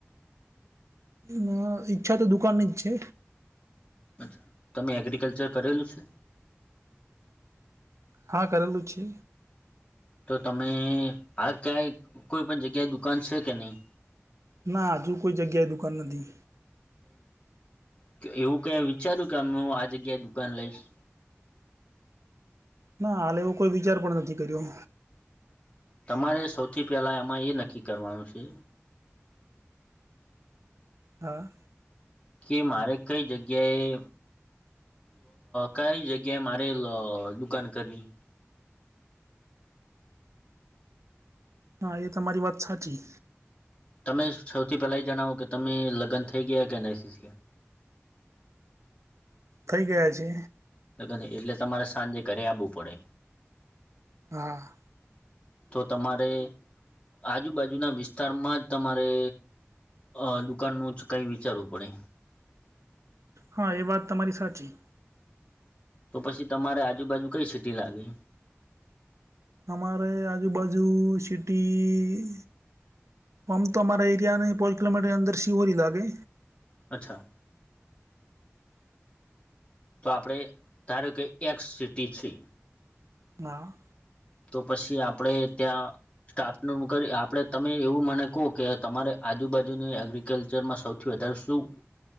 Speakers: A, on the right; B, on the left.
A: હ ઈચ્છા તો દુકાનની જ છે
B: અચ્છા તમે એગ્રિકલ્ચર કરેલું છે
A: હા કરેલું છે
B: તો તમે આ ક્યાંય કોઈ પણ જગ્યાએ દુકાન છે કે નહીં
A: ના, હજુ કોઈ જગ્યાએ દુકાન નથી.
B: કઇ એવું કયાં વિચાર્યું કે, અ હું આ જગ્યાએ દુકાન લઈશ?
A: ના, હાલે એવો કોઈ વિચાર પણ નથી કર્યો.
B: તમારે સૌથી પહેલાં એમાં એ નક્કી કરવાનું છે.
A: હા.
B: કે મારે કઈ જગ્યાએ કઈ જગ્યાએ મારે દુકાન કરવી.
A: હા, એ તમારી વાત સાચી.
B: તમે સૌથી પહેલાં એ જણાવો કે, તમે લગ્ન થઈ ગયા કે ન સીસીએ?
A: થઈ ગયા છે.
B: લગ એટલે તમારે સાંજે ઘરે આવવું પડે.
A: હા.
B: તો તમારે. આજુબાજુના વિસ્તારમાં જ તમારે. અ દુકાન નું જ કઈ વિચારવું પડે.
A: હા, એ વાત તમારી સાચી‌.
B: તો પછી તમારે આજુબાજુ કઈ સીટી લાગે?
A: તમારે આજુબાજુ સીટી. આમ તો અમારા એરિયાને કિલોમીટરની અંદર શિહોરી લાગે.
B: અચ્છા. તો આપણે ધાર્યું કે એક સિટી છે.
A: ના.
B: તો પછી આપણેે ત્યાં. સ્ટાફ ને કરી, આપણે તમે એવું મને કહો કે તમારે આજુબાજુની એગ્રી. કલ્ચરમાં સૌથી વધારે શું